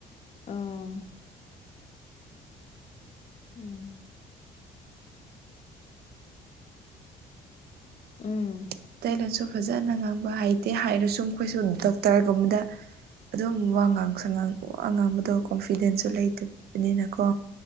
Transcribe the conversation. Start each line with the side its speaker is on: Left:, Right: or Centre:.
Left: ꯑꯥ ꯎꯝ ꯎꯝ
Right: ꯃꯩꯇꯩꯂꯣꯟꯁꯨ ꯐꯖꯅ ꯉꯥꯡꯕ ꯍꯩꯇꯦ ꯍꯥꯏꯔꯁꯨ ꯃꯈꯣꯏꯁꯨ ꯗꯣꯛꯇꯔꯒꯨꯝꯕꯗ ꯑꯗꯨꯝ ꯋꯥ ꯉꯥꯡꯁꯪ ꯉꯥꯡ ꯋꯥ ꯉꯥꯡꯕꯗꯣ ꯀꯣꯟꯐꯤꯗꯦꯟꯁꯁꯨ ꯂꯩꯇꯕꯅꯤꯅꯀꯣ